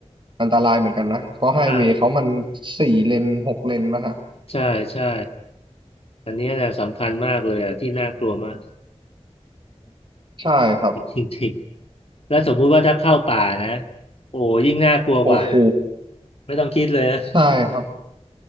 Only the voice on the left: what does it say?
ใช่
ใช่ใช่อันเนี้ยแหละสำคัญมากเลยอ่ะที่น่ากลัวมาก
จริงๆแล้วสมมุติว่าถ้าเข้าป่านะโอ้ยิ่งน่ากลัวกว่า
ไม่ต้องคิดเลยนะ